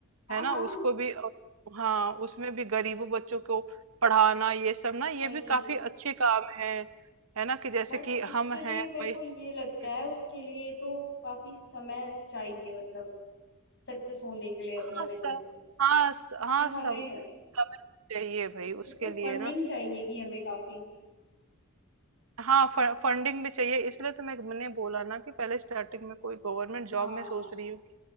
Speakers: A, on the left; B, on the right.
A: हाँ
B: है ना
A: हाँ
B: उसको भी अ, हाँ उसमें भी गरीबों बच्चों को पढ़ाना ये सब ना ये
A: वही
B: भी काफी अच्छे काम है है ना कि जैसे
A: बट
B: कि हम
A: उसके
B: हैं
A: लिए मेरे
B: भाई
A: को ये लगता
B: हम्म,
A: है उसके लिए तो काफी समय चाहिए मतलब सक्सेस होने के लिए
B: हाँ
A: अपना
B: सब
A: बिजनेस
B: हाँ स-
A: क्योंकि
B: हाँ
A: हमें
B: सब समय तो चाहिए भाई
A: उसमें
B: उसके लिए
A: फंडिंग
B: ना
A: चाहिएगी हमें काफी
B: हाँ फ फंडिंग भी चाहिए इसलिए तो मैं मैंने बोला ना कि पहले स्टार्टिंग में कोई गवर्नमेंट जॉब
A: हाँ
B: में सोच रही हूँ कि